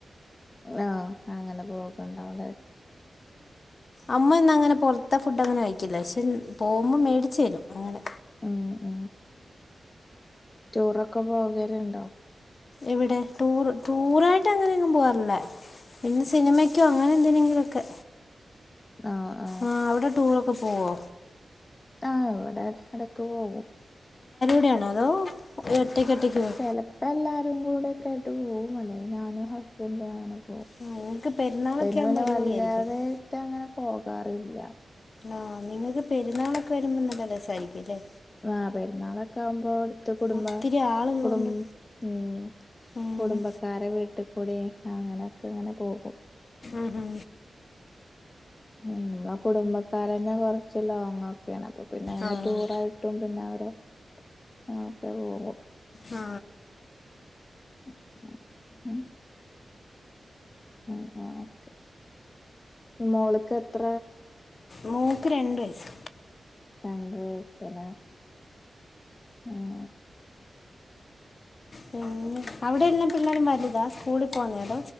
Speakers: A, on the left; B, on the left.
A: ആ അങ്ങനെ പോവക്കെ ഇണ്ടാവുംലെ
B: അമ്മന്നൊങ്ങനെ പുറത്തെ ഫുഡ് അങ്ങനെ കഴിക്കില്ല പക്ഷെ പോകുമ്പോ മേടിച്ചു തരും അങ്ങനെ
A: ഉ ഉ ടൂറൊക്കെ പോകലുണ്ടോ
B: ഇവിടെ ടൂർ ടൂറായിട്ട് അങ്ങനെ എങ്ങും പോവാറില്ല പിന്നെ സിനിമക്കോ അങ്ങനെ എന്തിനെങ്കിലുംഒക്കെ
A: ആഹ് ആഹ്
B: ആ അവിടെ ടൂറൊക്കെ പോവോ
A: ആ ഇവിടെ ഇടക്ക് പോകും
B: ട്ടയാണോ അതോ ഒറ്റയ്ക്ക് ഒറ്റയ്ക്ക് പോവോ
A: ചെലപ്പോ എല്ലാരും കൂടെ ഒക്കെ ആയിട്ട് പോവും അല്ലെങ്കിൽ ഞാനും ഹസ്ബന്റും അങ്ങനെ ഓ
B: ആ നിങ്ങൾക്ക് പെരുന്നാളൊക്കെ
A: പിന്നെ
B: ആകുമ്പോൾ
A: പിന്നെ
B: അടിപൊളിയായിരിക്കുമല്ലേ
A: വല്ലാതായിട്ട് അങ്ങനെ പോകാറില്ല
B: ആ നിങ്ങക്ക് പെരുന്നാളൊക്കെ വരുമ്പോ നല്ലരസായിരിക്കുംല്ലേ
A: ആ പെരുന്നാളൊക്കെ ആകുമ്പോ ത്ത് കുടുംബ
B: ഒത്തിരി ആളുള്ളോണ്ട്
A: കുടും ഉം
B: ഉം
A: കുടുംബക്കാരെ വീട്ടിൽകുടീം അങ്ങനെയൊക്കെ അങ്ങനെ പോകും
B: ആഹ്
A: ഉം നമ്മള കുടുംബക്കാരന്നെ കൊറച്ച് ലോങ്ങ ഒക്കെയാണ് അപ്പോ പിന്നെ അങ്ങനെ
B: ആഹ്
A: ടൂറായിട്ടും പിന്നെ അവടെ അങ്ങനെയൊക്കെ പോകും
B: ആ
A: <unintelligible> ഉം അങ്ങനൊക്കെ മോൾക്ക് എത്ര
B: മോൾക്ക്‌ രണ്ട് വയസ്
A: രണ്ട് വയസ്സ്ലെ ഉം
B: പിന്നെ അവിടെ എല്ലാ പിള്ളേരും വലുതാ സ്കൂളിൽ പോുന്നേത